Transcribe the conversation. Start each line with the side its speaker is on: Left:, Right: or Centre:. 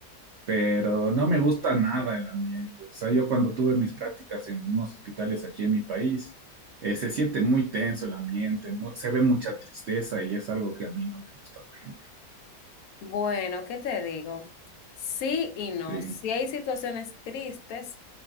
Right: pero no me gusta nada el ambiente. O sea, yo cuando tuve mis prácticas en unos hospitales aquí en mi país, eh, se siente muy tenso el ambiente, mu- se ve mucha tristeza y es algo que a mí no me gusta, por ejemplo.
Left: Bueno, ¿qué te digo? Sí y no.
Right: Sí,
Left: Sí hay situaciones tristes,